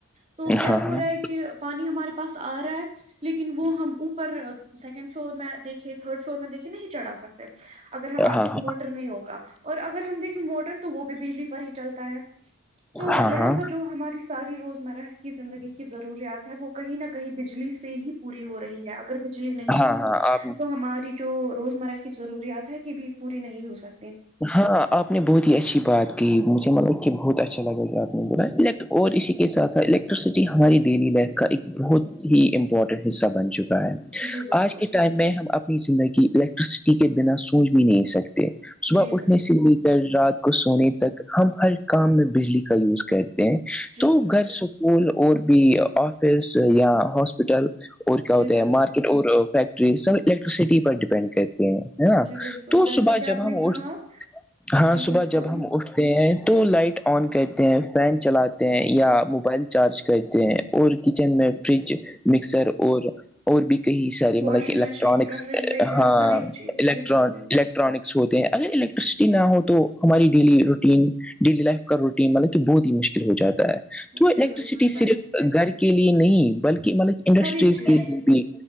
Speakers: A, on the right; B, in the centre.
A: تو کیا
B: ہاں
A: ہو
B: ہاں
A: رہا ہے کہ پانی ہمارے پاس آ رہا ہے لیکن وہ ہم اوپر سیکنڈ فلور میں دیکھے تھرڈ فلور میں دیکھے نہیں چڑھا سکتے اگر ہمارے
B: ہاں
A: پاس
B: ہاں
A: موٹر نہیں ہوگا اور اگر ہم دیکے موٹر تو وہ بھی بجلی پر ہی چلتا ہے تو
B: ہاں
A: لہٰذا
B: ہاں
A: جو ہماری ساری روزمرہ کی زندگی کی ضروریات ہے وہ کہیں نہ کہیں بجلی سے ہی پوری ہو رہی ہے اگر بجلی نہیں
B: ہاں
A: ہوگی
B: ہاں آپ
A: تو ہماری جو روزمرہ کی ضروریات ہے یہ بھی پوری نہیں ہو سکتی
B: ہاں آپ نے بہت ہی اچھی بات کی مجھے مطلب کہ بہت اچھا لگا کہ آپ نے بلا اور اسی کے ساتھ ساتھ الیکٹرسٹی ہماری ڈیلی لائف کا ایک بہت ہی امپورٹنٹ حصہ بن چکا ہے
A: جی بالکل
B: آج کے ٹائم میں ہم اپنی زندگی الیکٹرسٹی کے بنا سوچ بھی نہیں سکتے صبح
A: جی
B: اٹھنے
A: بالکل
B: سے لے کر رات کو سونے تک ہم ہر کام میں بجلی کا یوز کرتے ہیں
A: جی
B: تو
A: بالکل
B: گھر سکول اور بھی آفس یا ہاسپ ہسپٹل اور کیا ہوتا
A: جی بالکل
B: ہے مارکیٹ اور فیکٹری سب الیکٹرسٹی پر ڈیپینڈ کرتے ہیں ہے نا
A: جی بالکل
B: تو
A: جیسے
B: صبح
A: کہ
B: جب
A: آپ نے
B: ہم
A: کہا
B: اس ہاں
A: جی بالکل
B: صبح جب ہم اس تو لائٹ آن کرتے ہیں فین چلاتے ہیں یا موبائل چارج کہتے ہیں اور کچن میں فریج مکسر اور اور بھی کئی سارے
A: واشنگ
B: مطلب کہ الیکٹرانکس
A: مشین ریفریجریٹرس
B: ہاں
A: ہر ایک چیز
B: الیکٹران
A: جی بالکل
B: الٹرانکس ہوتے ہیں اگر الیکٹرسٹی نہ ہو تو ہماری ڈیلی روٹین ڈیلی لائف کا روٹین مطلب کہ بہت ہی مشکل ہو جاتا ہے تو الیکٹریسٹی
A: جی بالکل چل
B: صرف
A: نہیں پائے
B: گھر
A: گا
B: کے لیے نہیں بلکہ مطلب انڈسٹریز
A: ہر ایک چیز
B: کے لیے بھی